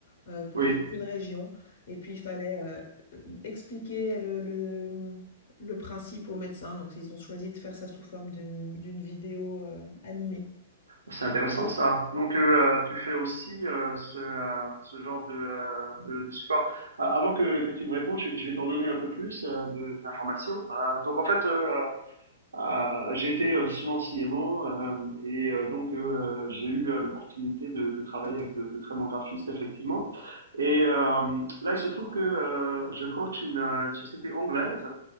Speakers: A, on the left (about 50°); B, on the right (about 70°).
A: heu, pour
B: Oui,
A: toute une région et puis il fallait, heu, hem, expliquer le le, mmh, le principe aux médecins, donc ils ont choisi de faire ça sous forme d'une d'une vidéo, heu, animée.
B: c'est intéressant ça. Donc, euh, tu fais aussi euh, ce, euh, ce genre de, euh, de, de support. Euh, avant que, que tu me répondes, je, je vais t'en donner un peu plus euh, de- d'informations. Euh, donc, en fait, euh, euh, j'ai été euh, souvent CMO euh, et euh, donc euh, j'ai eu euh, l'opportunité de, de travailler avec de, de très bons graphistes, effectivement. Et euh, là, il se trouve que euh, je coach une, euh, une société anglaise